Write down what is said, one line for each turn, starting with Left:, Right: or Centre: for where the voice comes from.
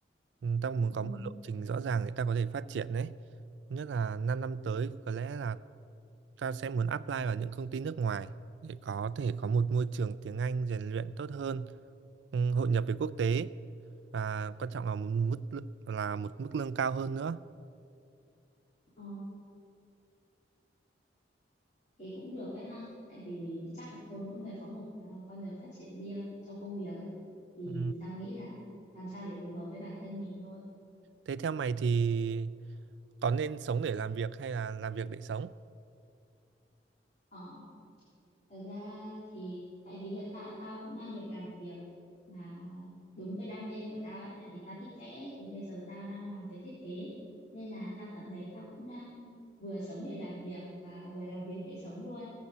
Right: Ừ, Tao muốn
Left: Ừ.
Right: có một lộ trình rõ ràng để tao có thể phát triển đấy. Nhất là 5 năm tới có lẽ là tao sẽ muốn apply vào những công ty nước ngoài để có thể có một môi trường tiếng Anh rèn luyện tốt hơn, ừ, hội nhập với quốc tế và quan trọng là một mức lư- là một mức lương cao hơn nữa.
Left: Ờ. Thế cũng được ấy ha. Tại vì chắc là thôi mỗi người có một ờ, con đường phát triển riêng trong công việc ấy. Thì
Right: Ừ.
Left: tao nghĩ là làm sao để phù hợp với bản thân mình thôi.
Right: Thế theo mày thì có nên sống để làm việc hay là làm việc để sống?
Left: Ờ, thật ra thì tại vì hiện tại tao cũng đang được làm việc mà đúng với đam mê của tao ấy. Tại vì tao thích vẽ thì bây giờ tao đang làm về thiết kế. Nên là tao cảm thấy tao cũng đang vừa sống để làm việc và vừa làm việc để sống luôn.